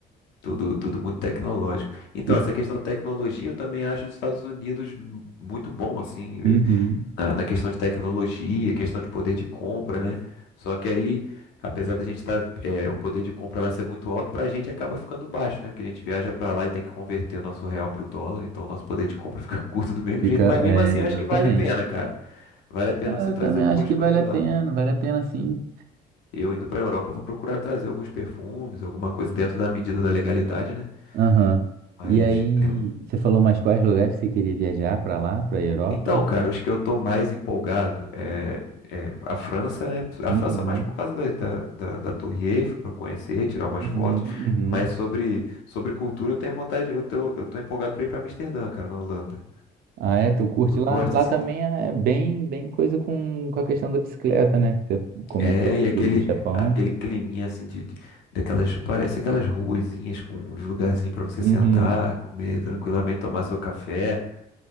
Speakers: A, on the left (about 90°); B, on the right (about 65°).
A: Tudo, tudo muito tecnológico. Então,
B: E-
A: essa questão da tecnologia, eu também acho os Estados Unidos m- muito bom, assim, eh,
B: Uhum.
A: na, na questão de tecnologia, questão de poder de compra, né? Só que aí, apesar da gente estar, o poder de compra lá ser muito alto, pra gente acaba ficando baixo, né? Porque a gente viaja pra lá e tem que converter o nosso real pro dólar, então o nosso poder de compra <laughs> fica curto do mesmo
B: Fica,
A: jeito. Mas mesmo
B: é,
A: assim, eu
B: exatamente.
A: acho que vale a pena, cara. Vale a pena
B: Ah,
A: você
B: Eu
A: trazer
B: também
A: algumas
B: acho que
A: coisas
B: vale
A: de
B: a
A: lá.
B: pena, vale a pena sim.
A: Eu indo pra Europa, eu vou procurar trazer alguns perfumes, alguma coisa dentro da medida da legalidade, né?
B: Aham.
A: Mas
B: E aí,
A: é,
B: você falou mais quais lugares você queria viajar pra lá, pra Europa?
A: Então, cara, os que eu tô mais empolgado é, é a França, né? A
B: Uhum.
A: França mais por causa da, da, da, da Torre Eiffel, para conhecer, tirar umas
B: Uhum.
A: fotos.
B: Uhum.
A: Mas sobre, sobre cultura, eu tenho vontade, eu tô, eu tô empolgado para ir para Amsterdã, cara, na Holanda.
B: Ah, é? Tu curte
A: Eu
B: lá?
A: gosto,
B: Lá
A: assim,
B: também
A: d-
B: é bem, bem coisa com, com a questão da bicicleta, né? Que você comentou
A: é,
B: aí
A: e aquele,
B: do, do Japão.
A: aquele climinha, assim, de, de- daquelas, parece aquelas ruazinhas com uns lugarzinhos para você
B: Uhum.
A: sentar, comer tranquilamente, tomar seu café,